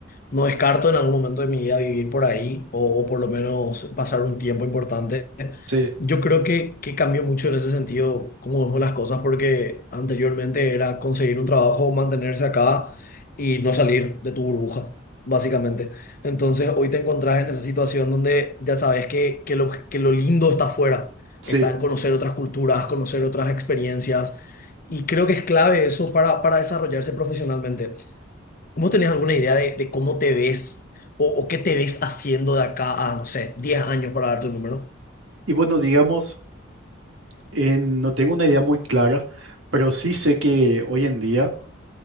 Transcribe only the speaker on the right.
sí,
sí.
Y bueno, digamos, en- no tengo una idea muy clara, pero sí sé que hoy en día,